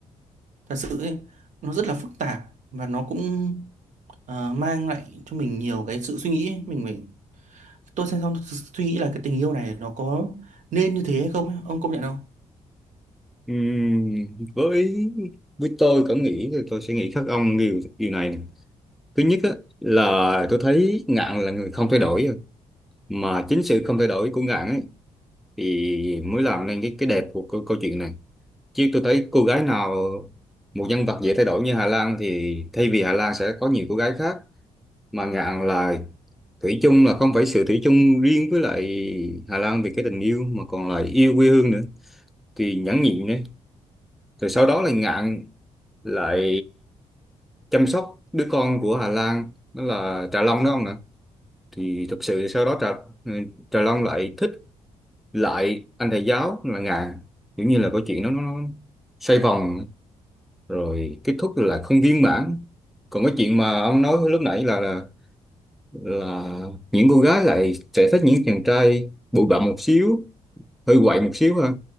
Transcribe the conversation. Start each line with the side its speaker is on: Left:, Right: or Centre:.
Right: thật sự ấy nó rất là phức tạp và nó cũng ờ, mang lại cho mình nhiều cái sự suy nghĩ ấy. mình phải tôi xem xong tôi suy nghĩ là cái tình yêu này nó có nên như thế hay không ấy. ông công nhận không
Centre: Ừm, với với tôi cảm nghĩ thì tôi sẽ nghĩ khác ông điều điều này nè. Thứ nhất á, là tôi thấy Ngạn là người không thay đổi à. mà chính sự không thay đổi của Ngạn ấy thì mới làm nên cái cái đẹp của câu, câu chuyện này chứ tôi thấy cô gái nào một nhân vật dễ thay đổi như Hà Lan thì thay vì Hà Lan sẽ có nhiều cô gái khác mà Ngạn là thủy chung là không phải sự thủy chung riêng với lại Hà Lan về cái tình yêu mà còn là yêu quê hương nữa thì nhẫn nhịn đấy rồi sau đó là ngạn lại chăm sóc đứa con của Hà Lan đó là Trà Long đó ông nè thì thực sự sau đó Trà ừ, Trà Long lại thích lại anh thầy giáo là Ngạn kiểu như là câu chuyện nó nó nó xoay vòng rồi kết thúc là không viên mãn còn cái chuyện mà ông nói lúc nãy là là là những cô gái lại sẽ thích những chàng trai bụi bặm một xíu hơi quậy một xíu ha